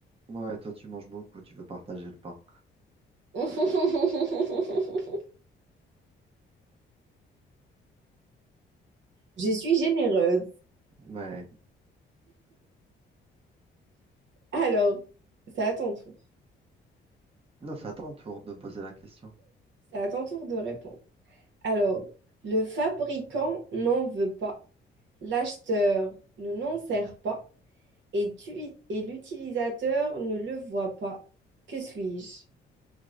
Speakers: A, on the right (about 30°); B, on the right (about 70°).
A: Ouais, toi tu manges beaucoup, tu veux partager le pain.
B: <laughs> Je suis généreuse.
A: Ouais.
B: Alors, c'est à ton tour.
A: Non, c'est à ton tour de me poser la question.
B: C'est à ton tour de répondre. Alors, le fabricant n'en veut pas, l'acheteur ne n'en sert pas et, tu- et l'utilisateur ne le voit pas. Que suis-je?